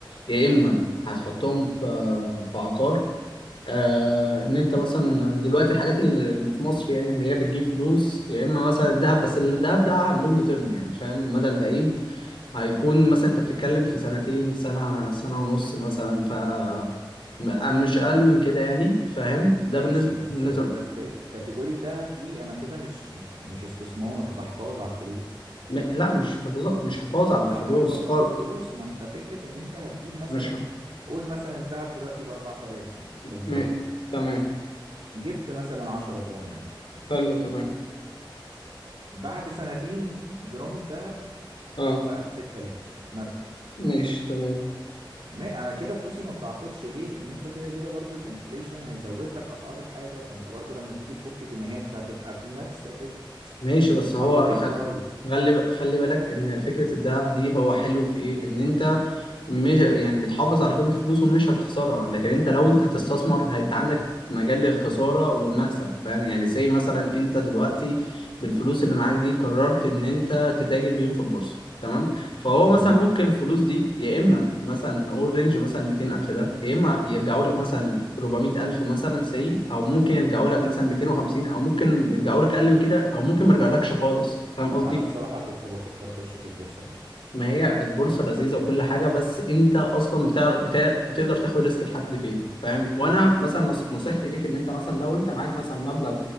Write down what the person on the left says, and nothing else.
يا اما هتحطهم في آه، في عقار آه ان انت مثلا دلوقتي الحاجات اللي اللي في مصر يعني اللي هي بتجيب فلوس يا اما مثلا الذهب بس الذهب ده على اللونج تيرم يعني فاهم المدى البعيد هيكون مثلا انت بتتكلم في سنتين سنة سنة ونص مثلا ف م- مش اقل من كده يعني فاهم ده
بالنسبة
بالنسبة
م... لا مش حفاظ مش حفاظ على
الفلوس
خالص
مش ح...
م... تمام
حلو تمام
اه
ماشي تمام
ماشي بس هو
خل...
خلي خلي بالك ان فكرة الذهب دي هو حلو في ايه ان انت مش يعني بتحافظ على قيمة الفلوس ومش هتخسرها لكن انت لو انت هتستثمر انت عندك مجال للخسارة والمكسب فاهم يعني زي مثلا انت دلوقتي بالفلوس اللي معاك دي قررت ان انت تتاجر بيهم في البورصة تمام فهو مثلا
ممكن الفلوس دي يا اما مثلا نقول رينج مثلا 200 الف ده يا اما يرجعوا لك مثلا 400 الف مثلا سي او ممكن يرجعوا لك مثلا 250 او ممكن يرجعوا لك اقل من كده او ممكن ما يرجعلكش خالص فاهم قصدي
ما هي البورصة لذيذة وكل حاجة بس أنت أصلا بتع... بتع... بتقدر تاخد ريسك لحد فين فاهم وأنا مثلا نص... نصيحتي ليك إن أنت مثلا لو أنت معاك مثلا مبلغ